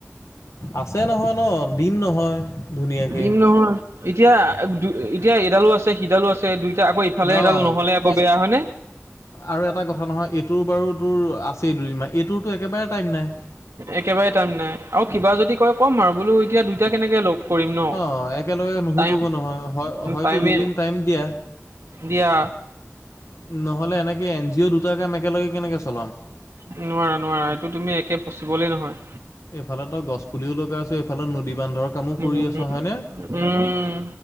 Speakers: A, on the left; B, on the right.
A: আছে নহয় ন দিম নহয়,। ধুনীয়াকে।
B: দিম নহয় এতিয়া দু এতিয়া এডালো আছে সিডালো আছে দুই! আকৌ ইফালে এডাল
A: অ',
B: নহ'লে আকৌ
A: কে
B: বেয়া হয় নে?
A: আৰু এটা কথা নহয় এইটোৰ বাৰু তোৰ আছেই দুদিনমান এইটোৰতো একেবাৰে! টাইম নাই।
B: একেবাৰে টাইম নাই আৰু কিবা যদি কয় ক'ম আৰু বোলো এতিয়া দুইটা কেনেকে লক! কৰিম ন
A: অ', একেলগে নুশুবগৈ
B: টাইম
A: নহয় হয় হয়তো
B: টাইমে!
A: দুদিন টাইম দিয়া।
B: দিয়া
A: নহ'লে এনেকৈ এন জি অ' দুটা কাম একেলগে কেনেকৈ চলাম।
B: নোৱাৰা নোৱাৰা এইটো তুমি একে পচিবলেই নহয়।
A: এইফালে তই গছ পুলিও লগাই আছ এইফালে নদী বান্ধৰ! কামো
B: উম
A: কৰি আছ হয়নে?
B: উম,